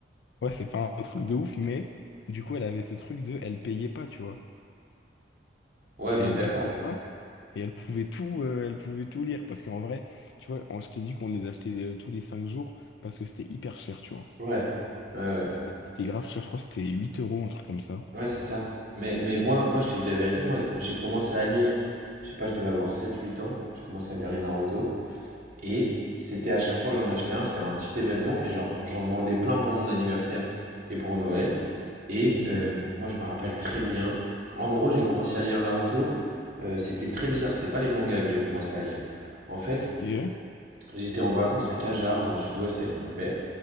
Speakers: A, on the left; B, on the right.
A: Ouais, c'est pas un truc de ouf, mais du coup, elle avait ce truc de... Elle payait pas, tu vois.
B: Ouais, mais
A: Elle
B: d'accord,
A: payait
B: mais.
A: pas. Et elle pouvait tout, euh, elle pouvait tout lire. Parce qu'en vrai, tu vois, on- je t'ai dit qu'on les achetait euh, tous les 5 jours parce que c'était hyper cher, tu vois.
B: Ouais, ouais, ouais.
A: C'était c'était grave cher, je crois que c'était huit euros, un truc comme ça.
B: Ouais, c'est ça. Mais, mais moi, moi, je te dis la vérité, moi, j'ai commencé à lire, je sais pas, je devais avoir sept huit ans, je commençais à lire les Naruto. Et c'était à chaque fois que j'en achetais un, c'était un petit événement. Et genre, j'en demandais plein pour mon anniversaire et pour Noël. Et
A: Ok.
B: euh, moi, je me rappelle très bien. En gros, j'ai commencé à lire Naruto. Euh, c'était très bizarre. C'était pas les mangas que j'ai commencé à lire. En fait,
A: Ok.
B: j'étais en vacances à Cajar, dans le sud-ouest, avec mon père.